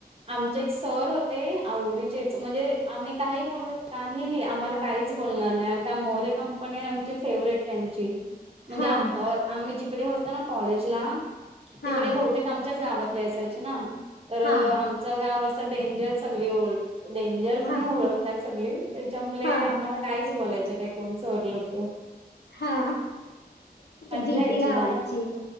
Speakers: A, on the right; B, on the left.
A: आमचे एक सर हो ते आवडीचेच म्हणजे आम्ही काही बोलू काहीही आम्हाला काहीच बोलणार नाही का मोरे का पण हे आमचे फेवरेट त्यांचे म्हणजे
B: हा
A: आम्ही जिकडे होतो ना कॉलेजला तिकडे
B: हा
A: बहुत आमच्याच गावातले असायचे ना तर
B: हा
A: आमचं गाव असं डेंजर सगळी ओल्ड डेंजर म्हणून
B: हा
A: ओळखतात सगळी त्याच्यामुळे
B: हा
A: आम्हाला कायच बोलायचं नाही कोण सर लोकं.
B: हा
A: मज्जा
B: भीती
A: यायची
B: गावाची.
A: जाम